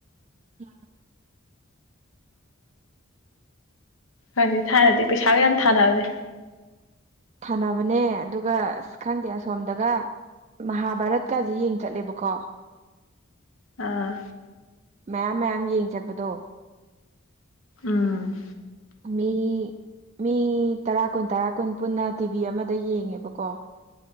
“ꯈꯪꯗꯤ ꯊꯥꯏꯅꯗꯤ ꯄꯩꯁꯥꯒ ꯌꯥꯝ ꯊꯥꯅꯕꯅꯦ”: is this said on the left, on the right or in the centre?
Left